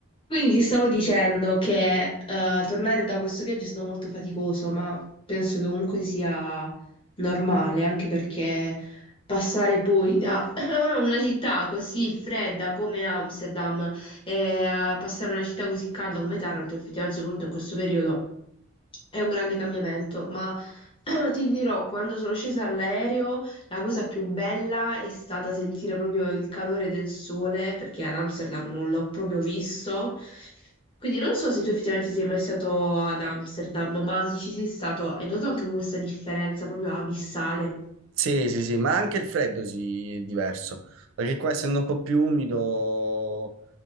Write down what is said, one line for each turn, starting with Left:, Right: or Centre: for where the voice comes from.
Left: Quindi ti stavo dicendo che eh, tornare da questo viaggio è stato molto faticoso, ma penso che comunque sia normale, anche perché passare poi da <clears throat> una città così fredda come Amsterdam e a passare a una città così calda come Taranto, effettivamente, soprattutto in questo periodo. È un grande cambiamento, ma <clears throat> ti dirò, quando sono scesa all'aereo, la cosa più bella è stata sentire proprio il calore del sole, perché ad Amsterdam non l'ho proprio visto. Quindi non so se tu effettivamente sei mai stato ad Amsterdam, ma se ci sei stato, hai notato anche tu questa differenza proprio abissale?
Right: Sì, sì, sì, ma anche il freddo si è diverso, perché qua essendo un po' più umido